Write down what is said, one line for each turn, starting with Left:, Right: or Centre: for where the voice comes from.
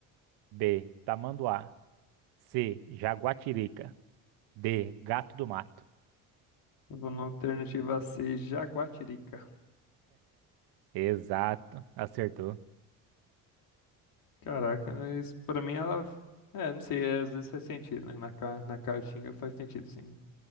Right: B. Tamanduá. C. Jaguatirica. D, gato do mato.
Left: Eu vou na alternativa C, Jaguatirica.
Right: Exato, acertou.
Left: Caraca, mas pra mim ela... É, não sei, é, às vezes faz sentido, né? Na, Ca- na Caatinga faz sentido, sim.